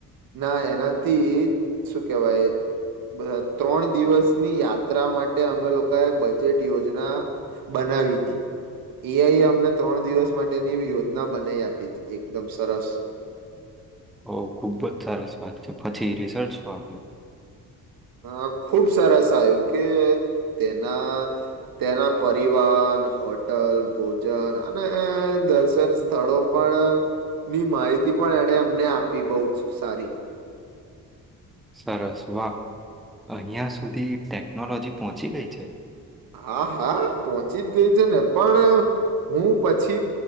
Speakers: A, on the right (about 75°); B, in the centre.
A: ના એનાથી એ શું કેવાય. બ ત્રણ દિવસની યાત્રા માટે અમે લોકાએ બજેટ યોજના બનાવી. <inaudible> એઆઈ એ અમને ત્રણ દિવસ માટેની યોજના બનાવી આપી હતી એકદમ સરસ
B: ઓ ખુબ જ સરસ વાત છે પછી રિઝલ્ટ શું આવ્યો.
A: અ ખુબ સરસ આવ્યું કે તેના તેના પરિવાર હોટલ ભોજન અને દર્શન સ્થળો પણ
B: <inaudible>
A: ની માહિતી પણ એને અમને આપી બહુ જ સારી
B: સરસ વાહ અહિયા સુધી ટેકનોલોજી પહોંચી ગઈ છે.
A: હા હા પહોંચી જ ગઈ છે ને પણ હું પછી